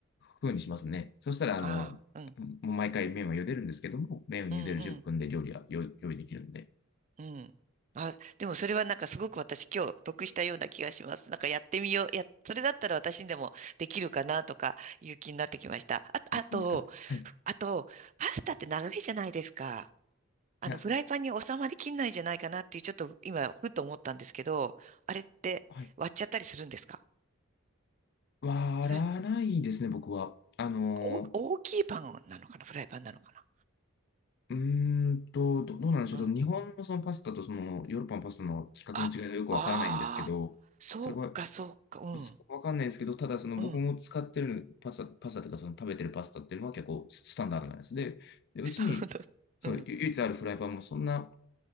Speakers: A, on the left; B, on the right.
A: 風にしますね。そしたら、あの、
B: ああ、うん
A: もう毎回麺は茹でるんですけども、麺を茹でる10分で料理は用用意できるので。
B: うんうんうん。あ、でもそれはなんかすごく私今日得したような気がします。なんかやってみよう。や、それだったら私にでもできるかなとかいう気になってきました。あ、
A: あ、
B: あと、
A: そうですか。はい。
B: あと、パスタって長いじゃないですか。あの、
A: な、
B: フライパンに収まりきんないんじゃないかなっていう、ちょっと今、ふっと思ったんですけど、あれって割っちゃったりするんですか
A: はい。割らないですね、
B: それ、
A: 僕は。あの
B: お、大きいパンなのかなフライパンなのかな
A: ー、うーんと、ど、どうなんでしょう。
B: うん。
A: ちょっと日本のそのパスタとそのヨーロッパのパスタの規格の違いがよくわからないんですけど、
B: あ、ああそうか、
A: それは
B: そうか、うん、
A: すわかんないんですけど、ただその僕も使ってるパスタ、
B: うん。
A: パスタというかその食べてるパスタっていうのは結構ススタンダードなやつで、
B: <laughs>
A: で、うちにそうゆ唯一あるフライパンもそんな、
B: そうだうん。